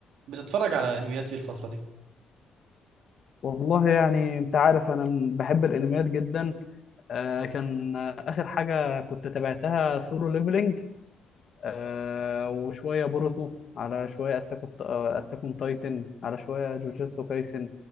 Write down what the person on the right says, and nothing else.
بتتفرج على انميات ايه الفترة دي؟